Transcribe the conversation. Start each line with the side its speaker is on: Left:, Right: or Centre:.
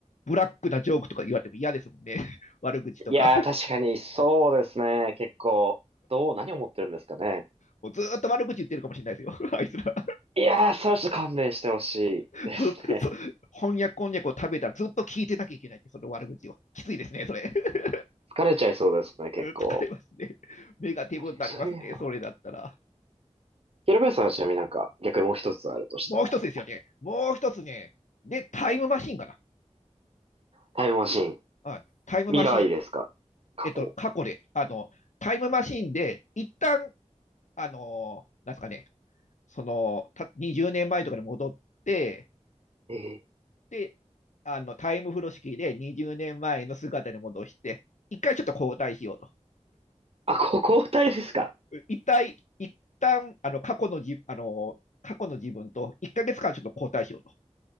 Left: ブラックなジョークとか言われても嫌ですもんね。<laughs> 悪口とか。
Right: いやー、確かにそうですね。結構、どう、何を思ってるんですかね。
Left: もうずっと悪口言ってるかもしれないですよ。<laughs> あいつら。
Right: いやー、それはちょっと勘弁してほしいですね。
Left: ずっと、翻訳こんにゃくを食べたらずっと聞いてなきゃいけないって、その悪口を。きついですね、それ。<laughs>
Right: <laughs> 疲れちゃいそうですね、結構。
Left: 疲れますね。ネガティブになりますね、
Right: 確かにそういう意味では。
Left: それだったら。
Right: ヒロペさんはちなみになんか、逆にもう一つあるとしたら、
Left: もう一つですよね。もう一つね。で、タイムマシンかな。
Right: タイムマシン。
Left: はい。タイムマシ
Right: 未来ですか過去。
Left: えっと、過去で、あの、タイムマシンで、一旦、あの、なんですかね、その、た20年前とかに戻って、
Right: ええ。
Left: で、あの、タイム風呂式で20年前の姿に戻して、一回ちょっと交代しようと。
Right: あ、こ交代ですか
Left: 一体、一旦、あの、過去のじ、あの、過去の自分と1ヶ月間ちょっと交代しようと。